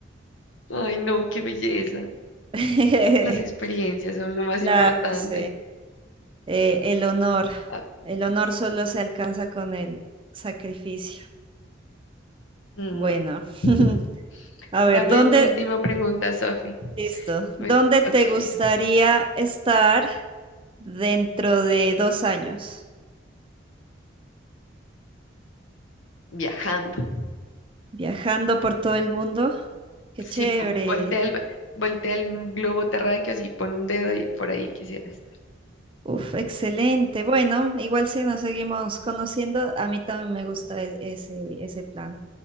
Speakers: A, on the left (about 75°); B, on the right (about 25°).
A: Ay, no, qué belleza.
B: <laughs>
A: Las experiencias son lo más
B: Claro,
A: importante.
B: sí. Eh, el honor,
A: Ah,
B: el honor solo se alcanza con el sacrificio.
A: mm.
B: Bueno,
A: <laughs>
B: <laughs> a ver,
A: Dame
B: ¿dónde,
A: tu última pregunta, Sofi.
B: listo,
A: Me
B: dónde
A: toca
B: te gustaría
A: irme.
B: estar? dentro de dos años,
A: Viajando.
B: viajando por todo el mundo. Qué
A: Sí,
B: chévere.
A: po- voltea el, voltea el globo terráqueo, así pon un dedo y por ahí quisieras.
B: Uf, excelente. Bueno, igual si nos seguimos conociendo, a mí también me gusta e- ese, ese plan.